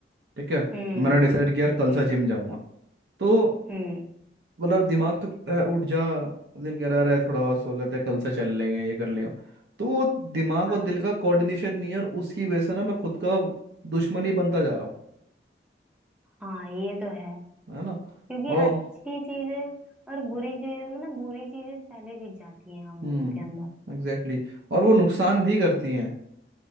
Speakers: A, on the right; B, in the centre.
A: ठीक है
B: हम्म
A: मैंने डिसाइड किया यार कल
B: हम्म
A: से जिम जाऊंगा तो
B: हम्म
A: मतलब दिमाग तो कह रहा है उठ जा दिल कह रहा है थोड़ा और सो लेते हैं कल से चल लेंगे ये कर लेंगे तो वो दिमाग
B: हाँ
A: और दिल का कोऑर्डिनेशन नहीं है और उसकी वजह से ना मैं खुद का दुश्मन ही बनता जा रहा हूँ
B: हाँ ये तो है
A: है ना
B: क्योंकि
A: और
B: अच्छी चीजें और बुरी चीजें मतलब बुरी चीजें पहले जीत जाती हैं हम
A: हम्म
B: लोग के अंदर
A: एग्जैक्टली exactly. और वो नुकसान भी करती हैं